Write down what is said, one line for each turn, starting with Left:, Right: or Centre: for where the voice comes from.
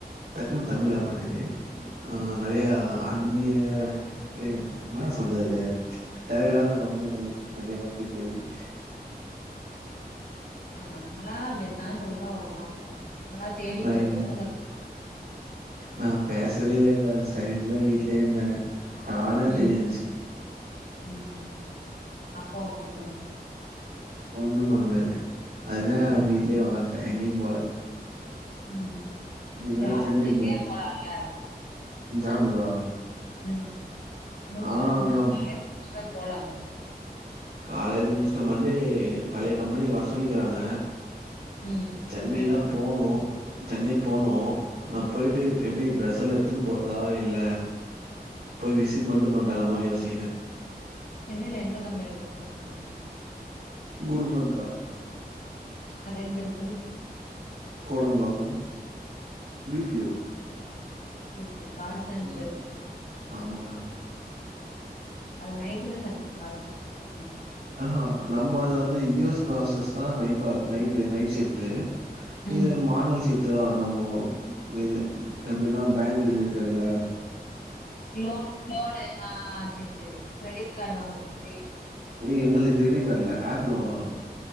Right: டக்குன்ன தமிழ்ல வர மாட்டேது ஆ நெறைய அந்நிய என்ன சொல்றது தேவையில்லாத வம்புங்கள் நெறைய வந்துட்டு <unintelligible>
Left: ஆ நம்மளா பேசான்ட்டு இருந்தா ஒண்ணு ஆகாது நம்மளா தேடிப்போ
Right: நா எந்த
Left: போய்தா அந்தப்
Right: நா பேசவே இல்லெக்கா சைடுல வீட்லயே இருந்தே தானே
Left: ம்
Right: தெரியவந்ச்சு
Left: ம் அப்போ அங்கெங்க வந்து
Right: ஒன்னு பண்ண முடியாது அதுதே
Left: ம்
Right: வீட்லயே ஒக்காந்ட்டே எங்கெயு போல
Left: ம்
Right: நீங்க வேற
Left: ஜாப்புக்கு
Right: என் ஃப்ரெண்டுக்கு
Left: எங்கயா
Right: பர்த்
Left: போலால
Right: ஜாபுக்கா
Left: ம் முடுச்ட்டோம்னா
Right: ஆ அங்க ம்
Left: காலேஜ் முட்ச்சுட்டா போலாங்க
Right: காலேஜ் முட்ச்ட்ட மண்டே பழைய கம்பெனிக்கு வர சொல்லிக்கிறாங்க
Left: ம்
Right: சென்னை
Left: போய்ட்டு
Right: தா
Left: வாங்க
Right: போனு சென்னை போனு நா பொயிட்டு இப் எப்டி ட்ரஸ் ஸலா எத்துன்னு போறதா இல்ல போய் விசிட் மட்டு பண்றலாமான் யோசிக்கிறே
Left: சென்னைல எந்த கம்பெனில ஒர்க் பன்றீங்க
Right: குருமன் கா
Left: அதெங்க இருக்கு
Right: கோடம்பாக்கம் பி பி ஓ
Left: செரி செரி கால் சென்ட்ரு
Right: ம். ஆமாங்க.
Left: அது நைட்டு தான இருக்கு கால் சென்ட்ருலா
Right: ஆ நம்ம அது வந்து யு எஸ் ப்ராசஸ் தா நைட் ப்ரா நைட்டு நைட் ஷிஃப்ட்டு
Left: ம்
Right: இது மார்னெங் ஷிஃப்ட் தா வரு நம்பொ இது எப்டின்னா பேங்க் ரிலேட்டட்ல்ல
Left: லோன் லோனு ஆ செரி செரி கிரெடிட் காடு வாங்க சொல்லி
Right: நீ் எங்களுக் கிரெடிட் காடு இல்ல ஆப்ல ஒன்னு வரு